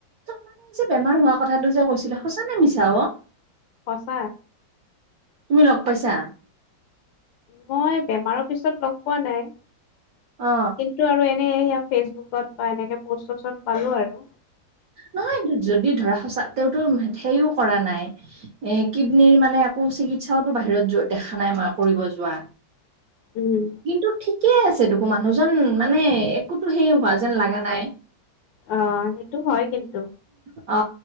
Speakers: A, on the right (about 65°); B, on the left (about 75°).
A: মানে যে বেমাৰ হোৱা কথাটো যে কৈছিলে সঁচা নে মিছা অ?
B: সঁচা
A: তুমি লগ পাইছা
B: মই বেমাৰত পিছত লগ পোৱা নাই,
A: অ
B: কিন্তু আৰু এনে সে ফেচবুকত বা এনেকে পষ্ট টচত পালো আৰু।
A: নহয় যদি ধৰা সচা তেওঁটো সেইও কৰা নাই এ কিডনিৰ মানে একো চিকিৎসাও বাহিৰত দেখা নাই মই কৰিব যোৱা।
B: উম
A: কিন্তু ঠিকেই আছে দেখো মানুহজন মানে একোতো সেই হোৱা যেন লগা নাই।
B: অ সেইটো হয় কিন্তু।
A: অ